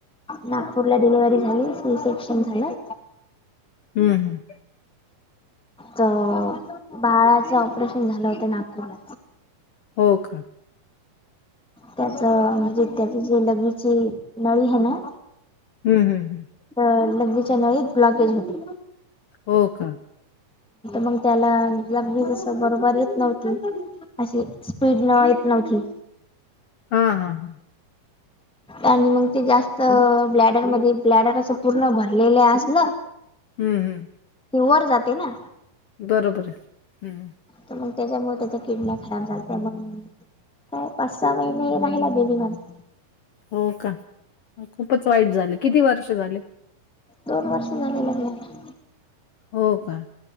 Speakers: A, in the centre; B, on the left (about 80°).
A: नागपूरला डिलिव्हरी झाली होती, रिसेप्शन झालं
B: हम्म, हम्.
A: तर, बाळाचं ऑपरेशन झालं होत नागपूरला.
B: हो का?
A: त्याच, म्हणजे त्याची जे लघवीची नळी हे ना.
B: हम्, हम, हम्म
A: तर लगविच्याया नळीत ब्लॉकेज होती.
B: हो, का.
A: मग त्याला लगवि तस बरोबर येत नव्हती. अशी स्पीडन येत नव्हती.
B: हा, हा, हा.
A: आणि मग ते जास्त ब्लॅडरमध्ये ब्लॅडर असं पूर्ण भरलेलं असल.
B: हम्म, हम्.
A: ये वर जाते ना.
B: बरोबर हाय.
A: तर मग त्याच्यामुळे त्याच्या किडन्या खराब झालत्या मग. काय पाच -सहा महिने राहिला बेबी पण.
B: हो, का खूपच वाईट झालं, किती वर्ष झाले?
A: दोन वर्ष झाले लग्नाला.
B: हो का.